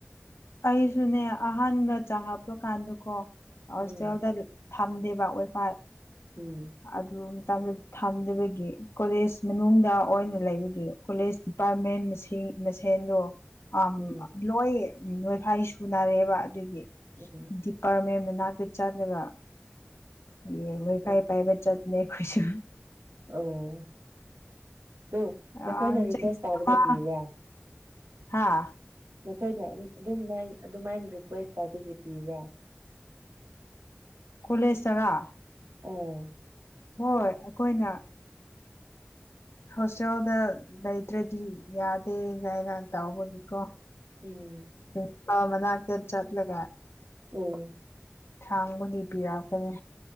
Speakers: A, on the left; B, on the right.
A: ꯑꯩꯁꯨꯅꯦ ꯑꯍꯥꯟꯕ ꯆꯪꯉꯛꯄ ꯀꯥꯟꯗꯀꯣ ꯍꯣꯁꯇꯦꯜꯗ
B: ꯎꯝ
A: ꯐꯪꯗꯦꯕ ꯋꯥꯏ ꯐꯥꯏ
B: ꯎꯝ
A: ꯑꯗꯨ ꯃꯇꯝ ꯐꯪꯗꯕꯒꯤ ꯀꯣꯂꯦꯖ ꯃꯅꯨꯡꯗ ꯑꯣꯏꯅ ꯂꯩꯕꯒꯤ ꯀꯣꯂꯦꯖ ꯗꯤꯄꯥꯔꯠꯃꯦꯟ ꯃꯁꯤꯡ ꯃꯁꯦꯟꯗꯣ ꯑꯝ
B: ꯎꯝ
A: ꯂꯣꯏ ꯅꯣꯏ ꯐꯥꯏ ꯁꯨꯅꯔꯦꯕ ꯑꯗꯨꯒꯤ
B: ꯎꯝ
A: ꯗꯤꯞ ꯄꯥꯔꯃꯦꯟ ꯃꯅꯥꯛꯇ ꯆꯠꯂꯒ ꯌꯦ ꯋꯥꯏ ꯐꯥꯏ
B: ꯎꯝ
A: ꯄꯥꯏꯕ ꯆꯠꯂꯦ ꯑꯈꯣꯏꯁꯨ
B: ꯑꯧ ꯗꯨ
A: ꯑ
B: ꯃꯈꯣꯏꯅ ꯔꯤꯀ꯭ꯋꯦꯁ
A: ꯆꯍꯤ
B: ꯇꯧꯕꯗ
A: ꯑꯃ
B: ꯄꯤꯕ꯭ꯔꯥ
A: ꯍꯥ
B: ꯅꯣꯏꯅ ꯑꯗꯨꯝꯃꯥꯏ ꯑꯗꯨꯃꯥꯏꯅ ꯔꯤꯀ꯭ꯋꯦꯁ ꯇꯧꯕꯒꯤ ꯄꯤꯕ꯭ꯔꯥ <inaudible>
A: ꯀꯣꯂꯦꯆꯥꯔꯥ
B: ꯎꯝ
A: ꯍꯣꯏ ꯑꯩꯈꯣꯏꯅ
B: <inaudible>
A: ꯍꯣꯁꯇꯦꯜꯗ ꯂꯩꯇ꯭ꯔꯗꯤ ꯌꯥꯗꯦ ꯒꯥꯏꯅ ꯇꯥꯎꯕꯒꯤꯀꯣ
B: ꯎꯝ
A: ꯄꯤꯄꯥꯜ ꯃꯅꯥꯛꯇ ꯆꯠꯂꯒ
B: ꯎꯝ
A: ꯁꯥꯡꯕꯗꯤ ꯄꯤꯔꯛꯄꯅꯤ